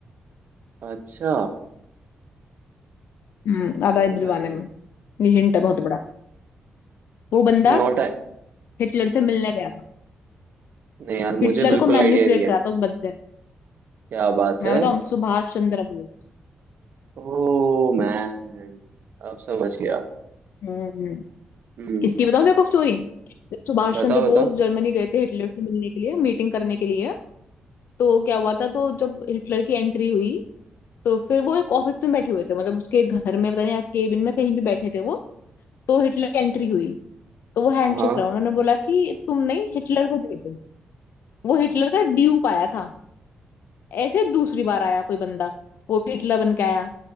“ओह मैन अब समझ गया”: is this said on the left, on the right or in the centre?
Right